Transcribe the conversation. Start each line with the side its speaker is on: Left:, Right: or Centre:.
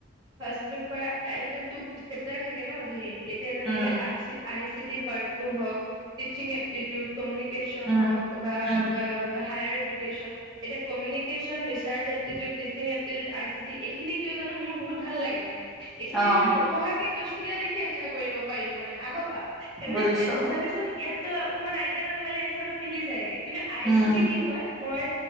Right: ফাৰ্ষ্ট পেপাৰ আই চেপ্তাৰ থাকে ন ধেৰ এতিয়া যেনেকে
Centre: উম
Right: আহিছে I C T part two হওক টিচিং এপটিটিউট কমিউনিকেশ্যন
Centre: উম
Right: হওক বা
Centre: উম
Right: পা হায়াৰ এদুকেশন এতিয়া communication education research aptitude teaching aptitude I city এইখিনি কিয় জানো মোৰ বহুত ভাল লাগে মানে এইখিনি
Centre: অ
Right: মই নপঢ়াকে কুৱেশন কেইটা দেখি এনচাৰ কৰিব পাৰিলো মানে আগৰ পা এ মানে
Centre: বুজিছো
Right: চাবিচোন ইয়াত ত অকমান আইডিয়া এটা লগালে এঞ্চচাৰটো মিলি যায়গে কিন্তু আই
Centre: উম
Right: চি টি কি হয় মই